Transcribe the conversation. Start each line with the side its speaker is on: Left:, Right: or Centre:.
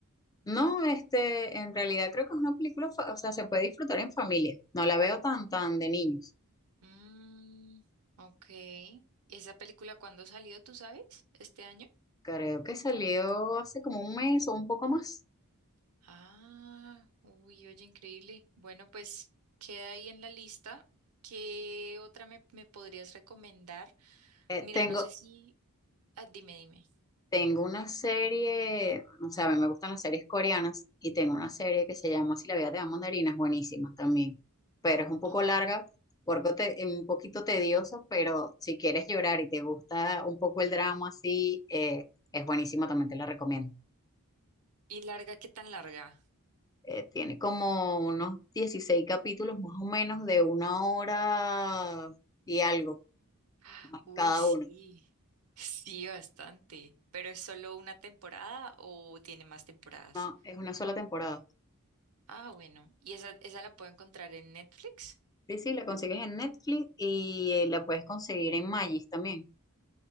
Left: No, este, en realidad creo que es una película, fa- o sea, se puede disfrutar en familia. No la veo tan, tan de niños.
Right: Mm, ok. ¿Esa película cuándo salió, tú sabes? ¿Este año?
Left: Creo que salió hace como un mes o un poco más.
Right: Ah, uy, oye, increíble. Bueno, pues queda ahí en la lista. ¿Qué otra me, me podrías recomendar?
Left: Eh,
Right: Mira,
Left: tengo,
Right: no sé si... Ah, dime, dime.
Left: Tengo una serie, o sea, a mí me gustan las series coreanas y tengo una serie que se llama Si la vida te da mandarinas, buenísima también, pero es un poco
Right: Ah,
Left: larga, porque te- un poquito tediosa, pero si quieres llorar y te gusta un poco el drama así, eh, es buenísima, también te la recomiendo.
Right: ¿Y larga? ¿Qué tan larga?
Left: Eh, tiene como unos 16 capítulos más o menos de una hora y algo
Right: Ah, Uy,
Left: cada
Right: sí.
Left: uno,
Right: <laughs> Sí, bastante. ¿Pero es solo una temporada o tiene más temporadas?
Left: ¿no? Es una sola temporada.
Right: Ah, bueno. ¿Y esa, esa la puedo encontrar en Netflix?
Left: Sí, sí, la consigues en Netflix y eh, la puedes conseguir en Magis también.